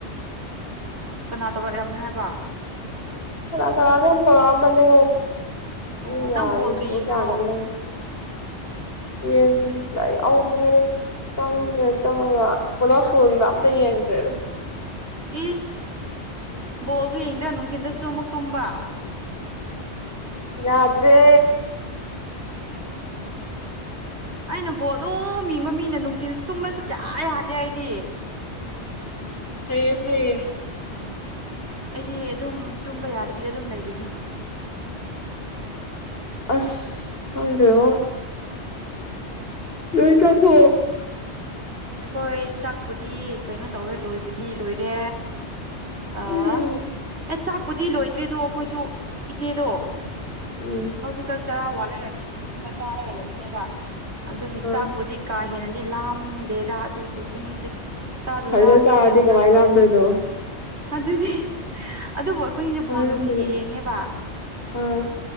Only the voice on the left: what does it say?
ꯀꯅꯥ ꯀꯅꯥꯗ ꯄ ꯃꯅꯦ
ꯎ ꯌꯥꯔ
ꯃꯤꯁꯀꯣ
ꯀꯌꯥꯅꯗ ꯌꯦ ꯑꯩ ꯑꯧ ꯑꯃꯨꯛ ꯍꯡ ꯆꯪꯒ꯭ꯔꯦ ꯆꯪꯉꯒ ꯒꯣꯂꯥꯞ ꯐꯨꯜꯗ ꯑꯝꯇ ꯌꯦꯡꯗꯦꯗꯣ <unintelligible>
ꯌꯥꯗ꯭ꯔꯦ
ꯐꯩꯌꯦ ꯐꯩꯌꯦ
ꯑꯁ ꯀꯪꯗꯦꯣ ꯅꯨ ꯆꯁꯨ
ꯎꯝ
ꯎꯝ
ꯑꯥ
ꯍꯧꯖꯤꯛꯇ ꯆꯥꯔꯗꯤ
ꯀꯃꯥꯏ
ꯂꯥꯝꯗꯣꯏꯅꯣ
ꯑꯥ ꯌꯧꯔꯝꯕꯗ
ꯑꯥ